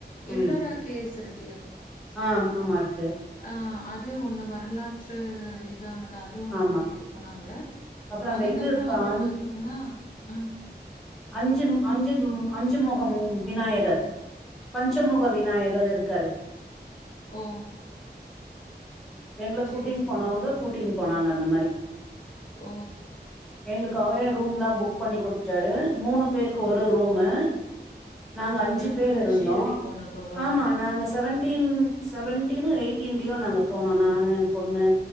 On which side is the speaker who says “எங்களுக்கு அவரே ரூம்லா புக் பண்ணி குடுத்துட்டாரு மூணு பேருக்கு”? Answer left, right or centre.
Centre